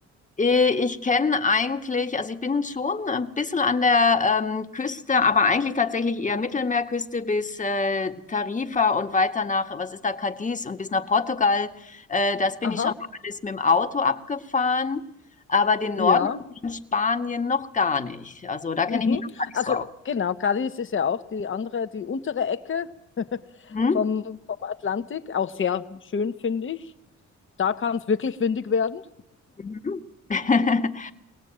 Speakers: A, on the left; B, on the left.
A: Äh, Ich kenne eigentlich, also ich bin schon ein bisschen an der ähm, Küste, aber eigentlich tatsächlich eher Mittelmeerküste bis äh, Tarifa und weiter nach, was ist da, Cadiz und bis nach Portugal. Äh, das bin
B: Aha,
A: ich schon mal alles mit dem Auto abgefahren, aber den
B: ja.
A: Norden in Spanien noch gar nicht. Also da
B: Mhm.
A: kenne ich mich noch gar nicht
B: Also
A: so aus.
B: genau, Cadiz ist ja auch die andere, die untere Ecke <laughs>
A: Hm?
B: vom, vom Atlantik, auch sehr schön, finde ich. Da kann es wirklich windig werden.
A: Mhm. <laughs>